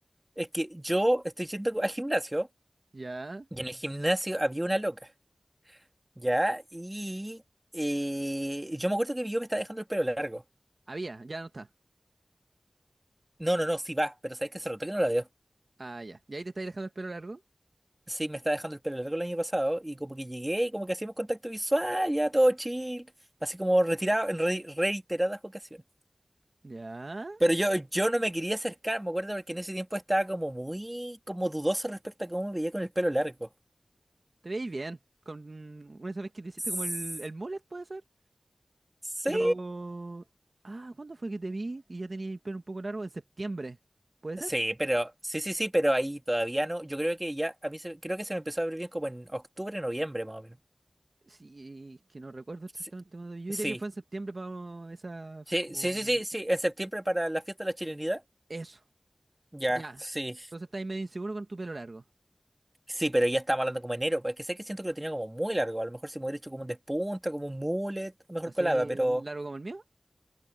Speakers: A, on the right; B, on the right.
A: Es que yo estoy yendo al gimnasio
B: Ya.
A: y en el gimnasio había una loca, ¿ya? Y eh, yo me acuerdo que yo me estaba dejando el pelo largo.
B: Ah, Había, ya no está.
A: No, no, no, sí va, pero sabes que se notó que no la veo.
B: Ah, ya. ¿Y ahí te estáis dejando el pelo largo?
A: Sí, me estaba dejando el pelo largo el año pasado y como que llegué y como que hacíamos contacto visual, ya todo chill, así como retirado en re- reiteradas ocasiones.
B: Ya.
A: Pero yo, yo no me quería acercar, me acuerdo porque en ese tiempo estaba como muy como dudoso respecto a cómo me veía con el pelo largo.
B: Te veis bien. Con una vez que te hiciste
A: S-
B: como el, el mullet, ¿puede ser?
A: Sí,
B: Pero... Ah, ¿cuándo fue que te vi y ya tenía el pelo un poco largo? En septiembre. ¿Puede ser?
A: sí, pero sí, sí, sí, pero ahí todavía no. Yo creo que ya, a mí se- creo que se me empezó a abrir bien como en octubre, noviembre más o menos.
B: Sí, es que no recuerdo exactamente
A: Sí,
B: cuándo. Yo
A: sí,
B: diría que fue en septiembre para esa...
A: sí,
B: como...
A: sí, sí, sí, sí, en septiembre para la fiesta de la chilenidad.
B: Eso.
A: Ya,
B: Ya.
A: sí,
B: Entonces estás medio inseguro con tu pelo largo.
A: sí, pero ya estamos hablando como enero, pues que sé que siento que lo tenía como muy largo. A lo mejor si me hubiera hecho como un despunta, como un mullet, mejor
B: ¿Así
A: colada, pero
B: largo como el mío?